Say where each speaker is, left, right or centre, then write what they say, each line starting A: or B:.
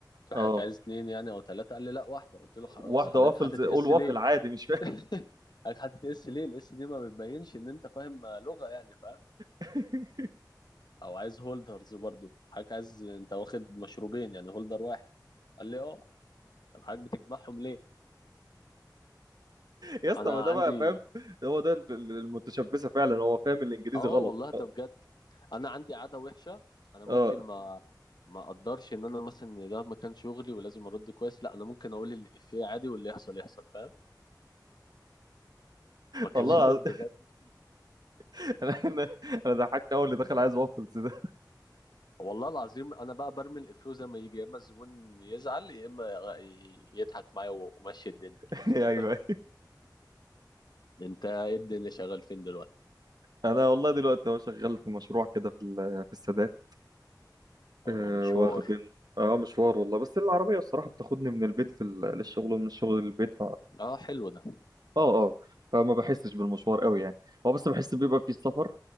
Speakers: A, on the left; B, on the right.
A: قلت له
B: اه
A: حضرتك عايز اتنين يعني او تلاته قال لي لا واحده قلت له خلاص
B: واحده
A: حضرتك
B: وافلز
A: حاطط
B: قول
A: اس
B: وافل
A: ليه
B: عادي مش فاهم
A: <laughs> حضرتك حاطط اس ليه الاس دي ما بتبينش ان انت فاهم آه، لغه يعني فاهم
B: <laughs>
A: او عايز هولدرز برضو حضرتك عايز انت واخد مشروبين يعني هولدر واحد قال لي اه طب حضرتك بتجمعهم ليه
B: يا اسطى
A: انا
B: ما ده
A: عندي
B: بقى فاهم هو ده ال- ال- المتشبثه فعلا هو فاهم الانجليزي
A: اه
B: غلط
A: والله ده
B: اه
A: بجد انا عندي عاده وحشه انا
B: <laughs>
A: ممكن
B: آه.
A: ما ما اقدرش ان انا مثلا إن ده مكان شغلي ولازم ارد كويس لا انا ممكن اقول الافيه عادي واللي يحصل يحصل فاهم بكلمك
B: والله العظيم.
A: <laughs> بجد
B: <laughs> انا انا أنا ضحكت اول اللي دخل عايز وافلز ده
A: والله العظيم انا بقى برمي الافيه زي ما يجي يا اما الزبون يزعل يا اما ي- يضحك معايا و- ومشي الدنيا
B: <laughs>
A: <laughs>
B: ايوه
A: انت ايه الدنيا شغال فين دلوقتي
B: انا والله دلوقتي هو شغال في مشروع كده في ال- في السادات
A: اه
B: آه،
A: مشوار
B: واخدين اه مشوار والله بس العربيه الصراحه بتاخدني من البيت لل- للشغل ومن الشغل للبيت
A: اه حلو ده
B: اه اه فما بحسش بالمشوار قوي يعني هو بس بحس بيبقى في السفر